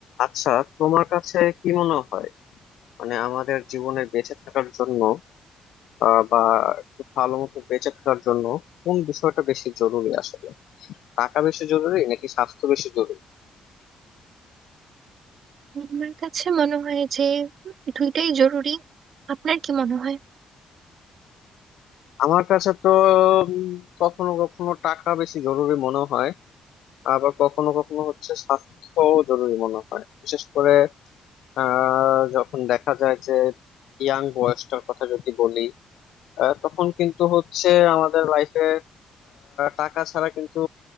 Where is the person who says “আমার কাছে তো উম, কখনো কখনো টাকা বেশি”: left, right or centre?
Left